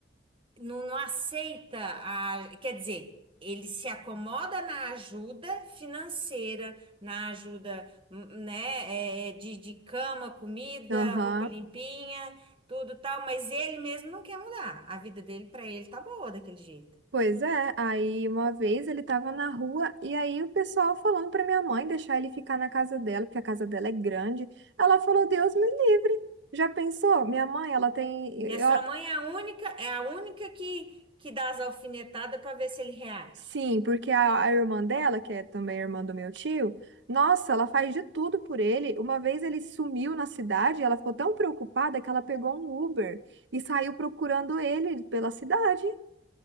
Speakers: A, on the right (about 30°); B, on the right (about 85°).
A: não, não aceita a, quer dizer, ele se acomoda na ajuda financeira, na ajuda, hum, né, é, de, de cama, comida,
B: Aham.
A: roupa limpinha, tudo tal, mas ele mesmo não quer mudar. A vida dele para ele tá boa daquele jeito.
B: Pois é, aí uma vez ele tava na rua e aí o pessoal falando pra minha mãe deixar ele ficar na casa dela, porque a casa dela é grande. Ela falou: Deus me livre. Já pensou? Minha mãe, ela tem.
A: E a
B: eu-
A: sua mãe é a única, é a única que, que dá as alfinetadas para ver se ele reage.
B: Sim, porque a, a irmã dela, que é também irmã do meu tio, nossa, ela faz de tudo por ele. Uma vez ele sumiu na cidade, ela ficou tão preocupada que ela pegou um Uber e saiu procurando ele pela cidade,